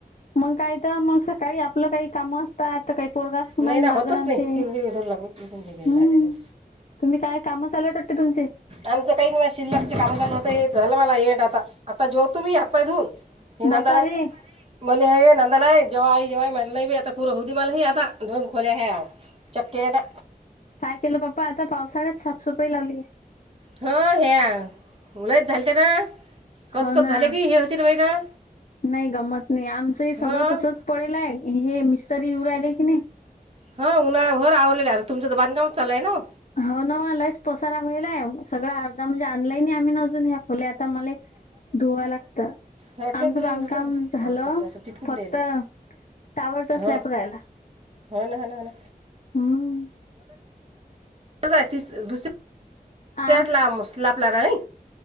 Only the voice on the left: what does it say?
मग काय तर मग सकाळी आपलं, काही कामं असतात. तर काही पोरगाच, मग
माझं
ना
ते.
हम्..
तुम्ही काय काम चालु आहेत वाटतं तुमचे?
बापा रे
काय केलं पप्पा आता पावसाळ्यात साफसफई लावलीय.
हो ना
नाही गंमत नाही आमचं ही
सगळं तसच पडेला आहे हे मिस्तरी येऊ राहिले की नाही?
हो ना म लईस पसारा होईलाय सगळं अर्धा म्हणजे ऑनलाईन आम्ही ना अजून ह्या खोल्यात. त मले धुवाय लागतं.
आमचं
बांधकाम
झालं
फक्त
टावरचा
स्लॅब राहिला
हम्म.
आ